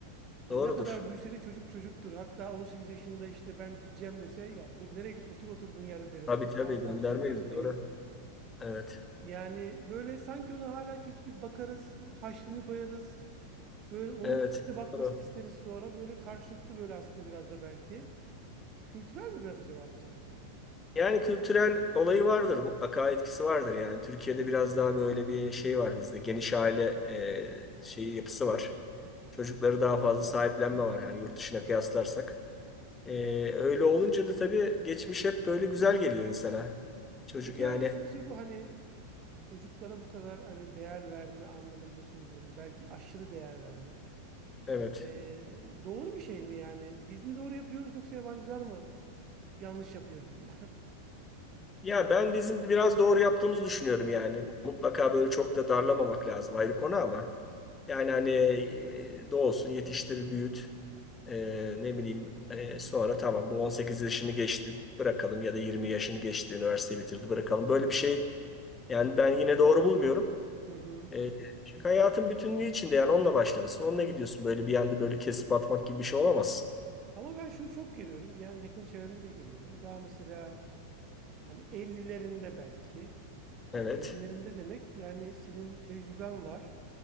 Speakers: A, on the right; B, on the left.
A: Hani
B: Doğrudur.
A: ne kadar büyüse de çocuk çocuktur. Hatta 18 yaşında işte ben gideceğim dese ya dur nereye gidiyorsun otur oturduğun yerde deriz.
B: Tabii
A: mesela.
B: tabii
A: Asla
B: göndermeyiz
A: dışarı bırakmayız.
B: doğru. Evet.
A: Yani böyle sanki ona hala çocuk gibi bakarız, haşlığını koyarız. Böyle onun
B: Evet.
A: bize bakmasını
B: Doğru.
A: isteriz sonra. Böyle karşılıklı böyle aslında biraz da belki. Kültürel mi biraz acaba bu sanki?
B: Yani kültürel olayı vardır. Mutlaka etkisi vardır yani. Türkiye'de biraz daha böyle bir şey var bizde. Geniş aile e, şeyi yapısı var. Çocukları daha fazla sahiplenme var. Yani yurt dışına kıyaslarsak. Ee, öyle olunca da tabii geçmiş hep böyle güzel geliyor insana. Çocuk
A: Peki
B: yani
A: abi sizce bu hani çocuklara bu kadar hani değer verme anlamında söylüyorum. Belki aşırı değer verme.
B: evet.
A: Ee, doğru bir şey mi yani? Biz mi doğru yapıyoruz yoksa yabancılar mı yanlış yapıyor diyeyim.
B: Ya ben bizim biraz doğru yaptığımızı düşünüyorum yani. Mutlaka böyle çok da darlamamak lazım ayrı konu ama. Yani hani e, doğsun yetiştir büyüt. Ee, ne bileyim e, sonra tamam bu 18 yaşını geçti bırakalım ya da 20 yaşını geçti üniversite bitirdi bırakalım. Böyle bir şey yani ben yine doğru bulmuyorum.
A: <laughs> Hı hı.
B: E, çünkü hayatın bütünlüğü içinde yani onunla başlamışsın. Onunla gidiyorsun. Böyle bir anda böyle kesip atmak gibi bir şey olamaz.
A: Ama ben şunu çok görüyorum. Yani yakın çevremde de görüyorum. Daha mesela Hani ellilerinde belki.
B: Evet.
A: Ya 50'lerinde demek yani senin tecrüben var.